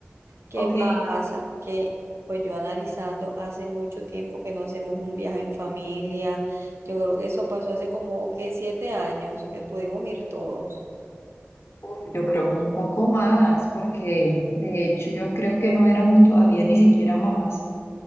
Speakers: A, on the right; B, on the left.
A: ¿Qué
B: Ok.
A: pasa? Que pues yo analizando hace mucho tiempo que no hacemos un viaje en familia. Yo creo que eso pasó hace como que siete años que pudimos ir todos.
B: Uf, yo creo que un poco más, porque de hecho yo creo que no éramos todavía ni siquiera mamás.